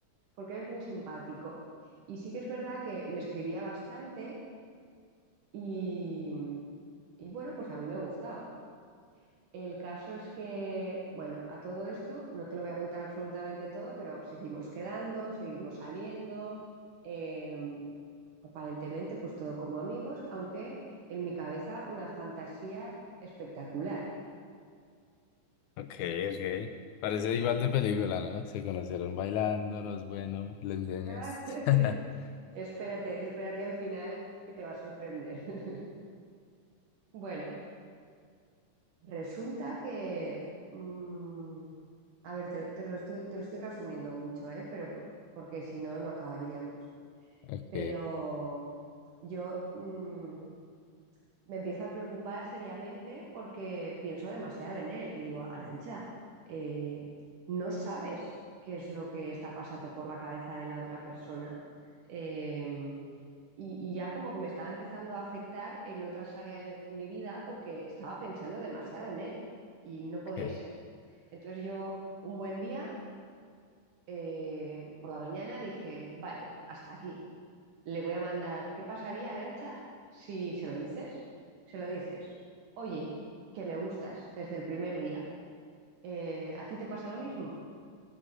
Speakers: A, on the right; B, on the left.
A: porque él es muy simpático. Y sí que es verdad que me escribía bastante y, y bueno, pues a mí me gustaba. El caso es que, bueno, a todo esto no te lo voy a contar absolutamente todo, pero seguimos quedando, seguimos saliendo, eh, aparentemente pues todo como amigos, aunque en mi cabeza una fantasía espectacular.
B: Ok, ok. Parece igual de película, ¿no? Se conocieron bailándonos, bueno, le enseñas.
A: <laughs>
B: <laughs>
A: espérate, espérate al final que te va a sorprender. <laughs> bueno, resulta que, mm, a ver, te, te lo estoy, te lo estoy resumiendo mucho, ¿eh? Pero po- porque si no, no acabaríamos.
B: Ok,
A: pero yo mm, me empiezo a preocupar seriamente porque pienso demasiado en él y digo, Arancha, eh, no sabes qué es lo que está pasando por la cabeza de la otra persona. Eh, y, y ya como que me estaba empezando a afectar en otras áreas de mi vida porque estaba pensando demasiado en él y no podía
B: ok.
A: ser. Entonces yo un buen día, eh, por la mañana, dije, vale, hasta aquí le voy a mandar, ¿qué pasaría, Arancha, si se lo dices? Se lo dices. Oye, que me gustas desde el primer día. Eh, ¿a ti te pasa lo mismo?